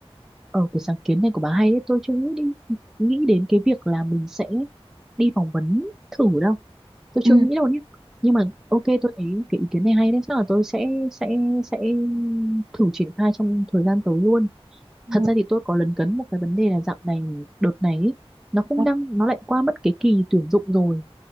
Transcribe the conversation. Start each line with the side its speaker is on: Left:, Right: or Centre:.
Centre: Ờ, cái sáng kiến này của bà hay đấy, tôi chưa nghĩ đi nghĩ đến cái việc là mình sẽ đi phỏng vấn thử đâu. Tôi
Right: ừ
Centre: chưa nghĩ đâu nhé. Nhưng mà ok tôi thấy cái ý kiến này hay đấy, chắc là tôi sẽ sẽ sẽ thử triển khai trong thời gian tới luôn.
Right: ừ
Centre: Thật ra thì tôi có lấn cấn một cái vấn đề là dạo này đợt này ấy, nó không
Right: ừ
Centre: đang nó lại qua mất cái kỳ tuyển dụng rồi,